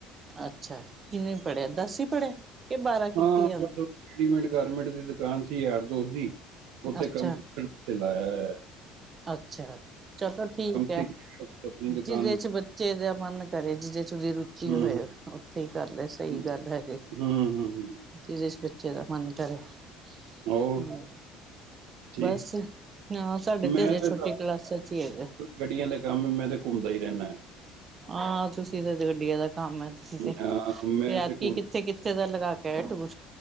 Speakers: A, on the right (about 25°); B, on the right (about 75°).
A: ਅੱਛਾ ਕਿੰਨਵੀਂ ਪੜ੍ਹਿਆ ਦਸ ਹੀ ਪੜ੍ਹਿਆ ਕਿ ਬਾਰਾਂ ਕੀਤੀ
B: ਹਾਂ
A: ਹੈ ਹੁਣ?
B: ਬਸ ਰਡੀਮੇਡ ਗਾਰਮੈਂਟ ਦੀ ਦੁਕਾਨ ਸੀ। ਯਾਰ ਦੋਸ ਦੀ ਉੱਥੇ
A: ਅੱਛਾ
B: ਕੰਮ ਸਿੱਖਣ ਲਾਇਆ ਹੋਇਆ
A: ਅੱਛਾ ਚਲੋ ਠੀਕ ਹੈ,
B: ਸਿੱਖ ਆਪਣੀ
A: ਜਿਹਦੇ
B: ਦੁਕਾਨ
A: ਚ ਬੱਚੇ ਦਾ ਮਨ ਕਰੇ ਜਿਹਦੇ ਚ ਉਹਦੀ ਰੁਚੀ
B: ਹੂੰ
A: ਹੋਏ ਉੱਥੇ ਹੀ ਕਰਲੇ ਸਹੀ
B: ਹੂੰ-ਹੂੰ-ਹੂੰ,
A: ਗੱਲ ਹੈਗੀ ਜਿਦੇ ਚ ਬੱਚੇ ਦਾ ਮਨ ਕਰੇ ਹਾ
B: ਹੋਰ ਜੀ
A: ਬਸ ਹਾਂ ਸਾਡੇ,
B: ਮੈਂ
A: ਹਜੇ ਛੋਟੀ
B: ਤੇ
A: ਕਲਾਸਾਂ ਚ ਹੀ ਹੈਗਾ
B: ਗੱਡੀਆਂ ਦਾ ਕੰਮ ਮੈਂ ਤੇ ਘੁੰਮਦਾ ਹੀ ਰਹਿੰਦਾ।
A: ਹਾਂ ਤੁਸੀਂ ਗੱਡੀਆਂ ਦਾ, ਕੰਮ ਹੈ ਤੁਸੀਂ ਤੇ
B: ਹਾਂ ਮੈਂ
A: ਐਤਕੀ
B: ਤੇ ਘੁੰਮ
A: ਕਿੱਥੇ-ਕਿੱਥੇ ਦਾ ਲਗਾ ਕੇ ਆ ਟੂਰ?